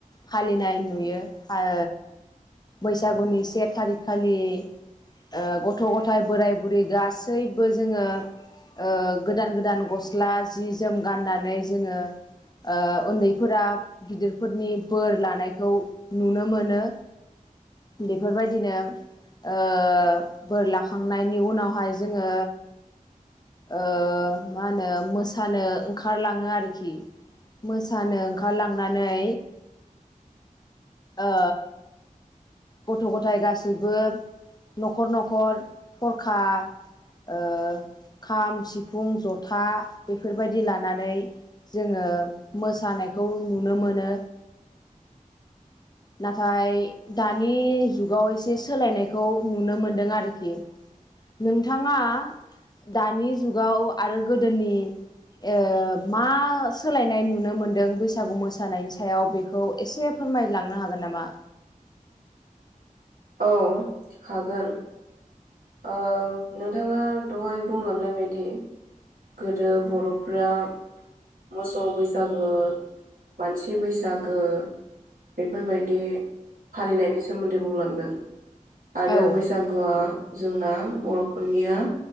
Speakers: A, on the left (about 30°); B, on the right (about 80°).
A: फालिनाय नुयो ओ बैसागुनि से थारिगखालि ओ गथ' गथाय बोराइ बुरै गासैबो जोङो ओ गोदान गोदान गस्ला जि जोम गाननानै जोङो ओ ओन्दैफोरा गिदिरफोरनि बोर लानायखौ नुनो मोनो बेफोरबायदिनो ओ बोर लाखांनायनि उनावहाय जोङो ओ मा होनो मोसानो ओंखारलाङो आरोखि मोसानो ओंखारलांनानै ओ गथ' गथाय गासैबो नखर नखर थरखा ओ खाम सिफुं जथा बेफोरबायदि लानानै जोङो मोसानायखौ नुनो मोनो नाथाय दानि जुगाव एसे सोलायनायखौ नुनो मोनदों आरोखि नोंथाङा दानि जुगाव आरो गोदोनि ओ मा सोलायनाय नुनो मोनदों बैसागु मोसानायनि सायाव बेखौ एसे फोरमायलांनो हागोन नामा
B: औ हागोन ओ नोंथाङा दहाय बुंलांनाय बायदि गोदो बर'फ्रा मोसौ बैसागो मानसि बैसागो बेफोरबायदि फालिनायनि सोमोन्दै बुंलांदों आरो
A: औ
B: बैसागोआ जोंना बर'फोरनिया